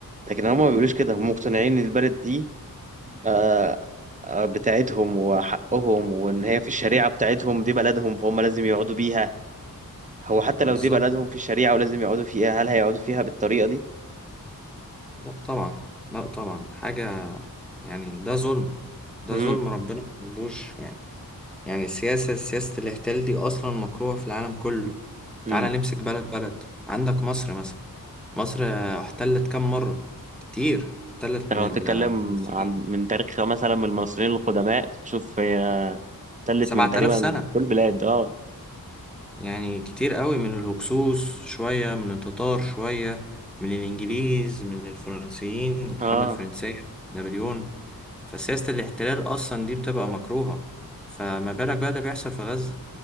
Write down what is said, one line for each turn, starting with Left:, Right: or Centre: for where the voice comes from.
Right: لكن هم ما بيقولوش كده هم مقتنعين ان البلد دي آه، آه، بتاعتهم وحقهم وان هي في الشريعة بتاعتهم دي بلدهم فهم لازم يقعدوا بيها هو حتى لو
Centre: بالظبط
Right: دي بلدهم في الشريعة ولازم يقعدوا فيها هل هيقعدوا فيها بالطريقة
Centre: لا طبعا لا طبعا حاجة يعني ده ظلم ده
Right: دي
Centre: ظلم ربنا ملوش يعني يعني السياسة سياسة الاحتلال دي أصلا مكروهة في العالم كله
Right: امم
Centre: تعالى نمسك بلد بلد عندك مصر مثلا مصر آه، احتلت كم مرة كتير احتلت
Right: انت
Centre: من
Right: لو تتكلم
Centre: الفرنسيين
Right: عن من تاريخ مثلا من المصريين القدماء شوف هي تلت
Centre: سبعة
Right: من تقريبا
Centre: آلاف سنة
Right: من كل البلاد اه
Centre: يعني كتير قوي من الهكسوس شوية من التتار شوية من الإنجليز من الفرنسيين الحملة
Right: اه
Centre: الفرنسية نابليون فسياسة الاحتلال أصلا دي بتبقى مكروهة فما بالك بقى اللي بيحصل في غزة